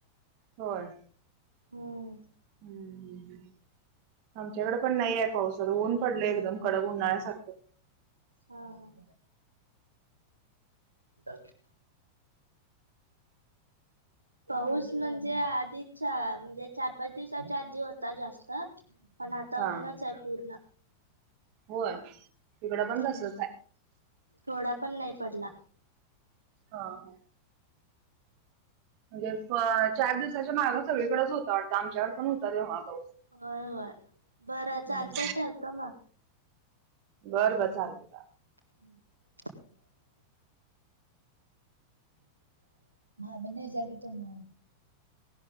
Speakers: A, on the right; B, on the right.
A: होय.
B: हम्म
A: हम हम आमच्याकड पण नाही आहे पावस खरं ऊन पडलय एकदम कडक उन्हाळ्या सारख
B: हा हा. चालतंय <unintelligible> पाऊस म्हणजे आधीच्या म्हणजे चार पाच दिवसाच्या आधी होता जास्त पण आता
A: हा
B: ऊनच आहे पूर्ण
A: होय इकडं
B: हम्म
A: पण तसच हाय.
B: थोडा पण नाही पडला.
A: हा हा. म्हणजे चार दिवसाच्या माग सगळीकडच होता वाटता आमच्याकड पण होता तेव्हा पाऊस.
B: होय होय बरं
A: हम्म
B: चालतय ठेवतो म
A: बर बर चालतय.
B: <unintelligible> <inaudible> भाभी नेजाल की तुम